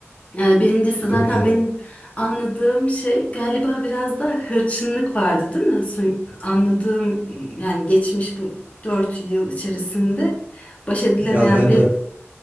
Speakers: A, on the left; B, on the right.
A: Ee, Birincisi
B: Dinliyorum.
A: zaten benim anladığım şey galiba biraz da hırçınlık vardı değil mi? Su- Anladığım yani geçmiş bu dört yıl içerisinde baş edilemeyen
B: Ya ben
A: bir
B: de